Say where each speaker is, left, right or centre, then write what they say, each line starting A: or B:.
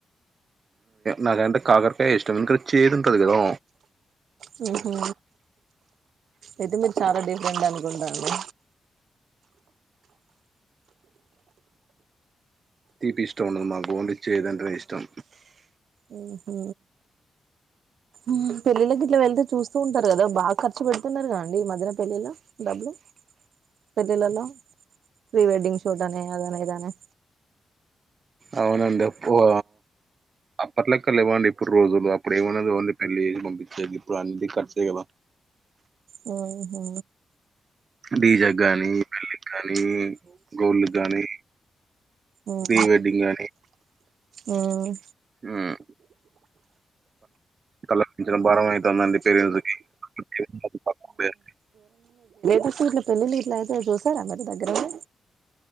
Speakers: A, on the right; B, on the right.
A: నాకంటే కాకరకాయ ఇష్టం ఎందుకు చేదు ఉంటది కదా
B: హ్మ్ హు అయితే మీరు చాలా <unintelligible> ఉండాలి ఉండాలి
A: తీపి ఇష్టం ఉండదు మాకు ఓన్లీ చేదు అంటే నే ఇష్టం
B: హ్మ్ హు హ్మ్ పెళ్లిళ్లకి వెళ్తే చూస్ సు ఉంటారు కదా బాగా ఖర్చు పెడుతున్నారు కదండి మధన పెళ్ళిలో డబ్బులు పెళ్ళిళ్లలో ప్రీ వెడ్డింగ్ షూట్ అని అదని ఇదని
A: అవునండి ఎక్కువ అప్పట్లక్క లేవండి ఇప్పుడు రోజులు అప్పుడు ఏమన్న ఓన్లీ పెళ్లి చేసి పంపించేది ఇప్పుడు అన్ని ఖర్చే కదా
B: హ్మ్ హు
A: డీజె గానీ పెళ్లి గానీ గోళ్ళ గానీ
B: ఉమ్
A: ప్రీవెడ్డింగ్ గానీ
B: ఉమ్
A: హ్మ్ కలపించిన భారం అయి <unintelligible> పేరు <unintelligible>
B: ఫస్ట్ ఇట్లా పెళ్లిళ్లు ఇట్ల అయితే చూసారా మరి దగ్గరవి